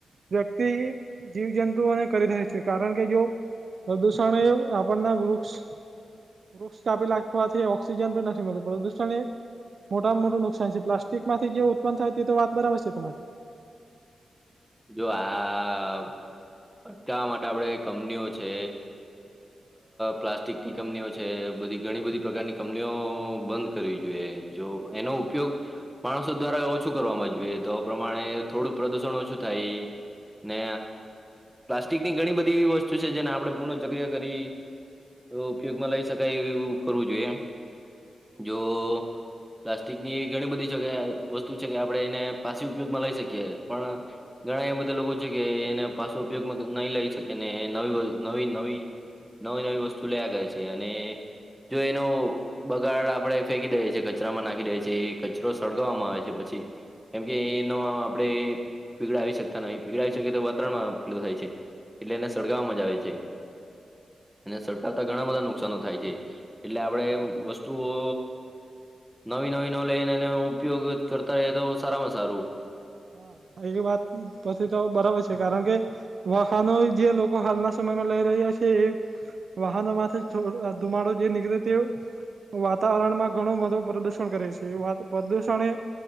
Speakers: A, on the right; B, in the centre.
A: વ્યક્તિ જીવજંતુઓને કરી રહી છે કારણ કે જો પ્રદૂષણ એ આપણના વૃક્ષ વૃક્ષ કાપી લખવાથી ઓક્સિજન પણ નથી મળત પર દુષ મોટામાં મોટું નુકસાન છે પ્લાસ્ટિક માંથી જે ઉત્પન્ન થાય તે તો વાત બરાબર છે તમારી.
B: જો આ અટકાવવા માટે આપડે કંપનીઓ છે. પ્લાસ્ટિકની કંપનીઓ છે બધી ઘણી બધી પ્રકારની કંપનીઓ બંધ કરવી જોઈએ જો એનો ઉપયોગ. માણસો દ્વારા ઓછું કરવાવામાંજ તો પ્રમાણે થોડું પ્રદુષણ ઓછું થાય. ને પ્લાસ્ટિકની ઘણી બધી એવી વસ્તુ છે જેને આપડણે પુન ચક્ર કરી ઉપયોગમાં લઈ શકાય એવું કરવું જોઈએ એમ. જો. પ્લાસ્ટિકનીવી ઘણી બધી જગ વસ્તુ છે કે આપડણે એને પાછી ઉપયોગમાં લઈ શકીએ પણ ઘણા એવા બધા લોકો છે કે એને પાછો ઉપયોગમાં નહી લઈ શકે ને નવી નવી નવી નવી નવી વસ્તુ લયા કરે છે અને, જો એનો બગાડ આપડે ફેંકી દઈએ છીએ કચરામાં નાખી દે એ કચરો સળગાવવામાં આવે છે પછી. કેમકે એનો આપણે પીગળાવ શકતા નહ પીગળાવી શકીએ તો વાતાવરણમાં પીલું થાય છે. એટલે એ સળગાવમાં જ આવે છે. અને
A: હા
B: સરકારતા ઘણા બધા નુકસનો થાય છે, એટલે આપણેે વસ્તુઓ નવી નવી નોલેજ એ ઉપયોગ કરતા રહે તો સારામાં સારું.
A: હા એ વાત પછી તો બરાબર છે કારણ કે વાહનો જે લોકો હાલના સમયમાં લઈ રહ્યા છે એ વાહનો માંથી થોડો ધુમાડો જે નીકળે તેઉ વાતાવરણ માં ઘણું બધું પ્રદુષણ કરે છે પ્રદુષણ એ